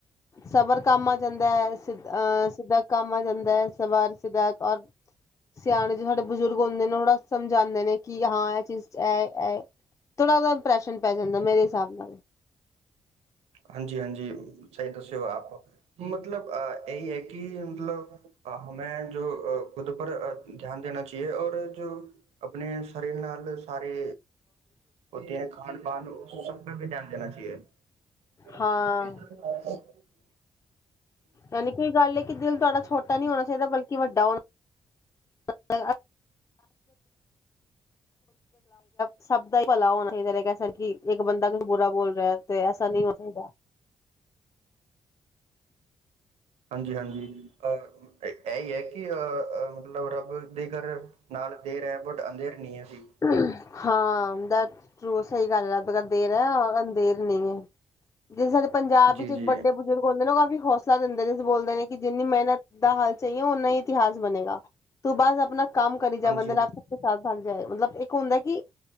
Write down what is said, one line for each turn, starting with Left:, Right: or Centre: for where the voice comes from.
Left: ਸਬਰ ਕੰਮ ਆ ਜਾਂਦਾ ਹੈ ਸਿੱਧ ਅਹ ਸਿੱਧਾ ਕੰਮ ਆ ਜਾਂਦਾ ਹੈ। ਸਵਾਰ ਸਿੱਧਾ ਔਰ ਸਿਆਣੇ ਜੋ ਸਾਡੇ ਬਜ਼ੁਰਗ ਹੁੰਦੇ ਨੇ ਥੜਾ ਸਮਝਾਉਂਦੇ ਨੇ ਕਿ ਹਾਂ ਇਹ ਚੀਜ਼ ਚ ਹੈ। ਥੋੜ੍ਹਾ ਉਹਦਾ ਇੰਪਰੈਸ਼ਨ ਪੈ ਜਾਂਦਾ ਮੇਰੇ ਹਿਸਾਬ ਨਾਲ।
Right: ਹਾਂਜੀ, ਹਾਂਜੀ। ਸਹੀ ਦੱਸਿਓ ਆਪ ਮਤਲਬ ਅ ਇਹੀ ਹੈ ਕਿ ਮਤਲਬ ਅ ਮੈਂ ਜੋ ਅ ਖੁਦ ਪਰ ਅ ਧਿਆਨ ਦੇਣਾ ਚਾਹੀਏ ਔਰ ਜੋ ਆਪਣੇ ਸਰੀਰ ਨਾਲ ਸਾਰੇ ਹੋਤੀ ਹੈ ਖਾਨ ਪਾਨ ਉਸ ਸਭ ਪੇ ਵੀ ਧਿਆਨ ਦੇਣਾ ਚਾਹੀਏ। <inaudible>
Left: ਹਾਂ ਨਹੀਂ ਕੋਈ ਗੱਲ ਹੈ ਕਿੱਦਨ ਤੁਹਾਡਾ। ਛੋਟਾ ਨਹੀਂ ਹੋਣਾ ਚਾਹੀਦਾ ਬਲਕਿ ਵੱਡਾ ਹੋਣਾ <inaudible> ਸਭ ਦਾ ਭਲਾ ਹੋਣਾ ਚਾਹੀਦਾ ਕਹਿ ਸਕਦੀ। ਇੱਕ ਬੰਦਾ ਕੁਛ ਬੁਰਾ ਬੋਲ ਤੇ ਐਸਾ ਨਹੀਂ ਹੋ ਸਕਦਾ।
Right: ਹਾਂਜੀ, ਹਾਂਜੀ। ਅ ਇਹ ਹੀ ਐ। ਕਿ ਅਹ ਮਤਲਬ ਰੱਬ ਦੇ ਘਰ ਨਾਲ ਦੇਰ ਹੈ ਬਟ ਅੰਧੇਰ ਨੀ ਹੈ।
Left: <inaudible>
Right: ਜੀ
Left: ਹਾਂ, ਡਟ ਟਰੂ ਸਹੀ ਗੱਲ ਦੇਰ ਹੈ ਅੰਧਰ ਨਹੀਂ ਹੈ। ਜਿਹੜੇ ਸਾਡੇ ਪੰਜਾਬ
Right: ਜੀ
Left: ਵਿੱਚ ਇੱਕ
Right: ਜੀ
Left: ਵੱਡੇ ਬਜ਼ੁਰਗ ਹੁੰਦੇ ਉਹ ਕਾਫੀ ਹੌਸਲੇ <unintelligible> ਬੋਲਦੇ ਨੇ ਕਿ ਜਿੰਨੀ ਮਿਹਨਤ ਦਾ ਹੱਲ ਚਾਹੀਏ ਉਨਾ ਹੀ ਇਤਿਹਾਸ ਬਣੇਗਾ। ਤੂੰ ਬਸ ਆਪਣਾ ਕੰਮ ਕਰੀ ਜਾ
Right: ਹਾਂਜੀ
Left: ਬੰਦੇ ਰੱਖ ਕੇ ਸਾਥ <unintelligible> ਪਿਆ ਏ ਮਤਲਬ ਇੱਕ ਹੁੰਦਾ ਕਿ,